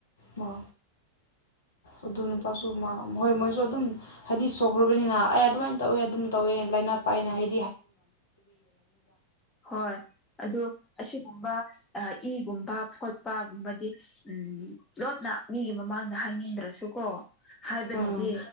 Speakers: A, on the left; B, on the left.
A: ꯃꯥ ꯑꯗꯨ ꯅꯨꯄꯥꯁꯨ ꯃꯥ ꯍꯣꯏ ꯃꯣꯏꯁꯨ ꯑꯗꯨꯝ ꯍꯥꯏꯗꯤ ꯁꯣꯛꯈ꯭ꯔꯕꯅꯤꯅ ꯑꯩ ꯑꯗꯨꯃꯥꯏ ꯇꯧꯋꯦ ꯑꯗꯨꯝ ꯇꯧꯋꯦ ꯂꯩꯅꯥ ꯄꯛꯑꯦꯅ ꯍꯥꯏ
B: ꯍꯣꯏ ꯑꯗꯨ ꯑꯁꯤꯒꯨꯝꯕ ꯏꯒꯨꯝꯕ ꯐꯣꯠꯄꯒꯨꯝꯕꯗꯤ ꯎꯝ ꯂꯣꯠꯅ ꯃꯤꯒꯤ ꯃꯃꯥꯡꯗ ꯍꯥꯏꯅꯤꯡꯗ꯭ꯔꯁꯨꯀꯣ ꯍꯥꯏꯕꯅꯗꯤ
A: ꯎꯝ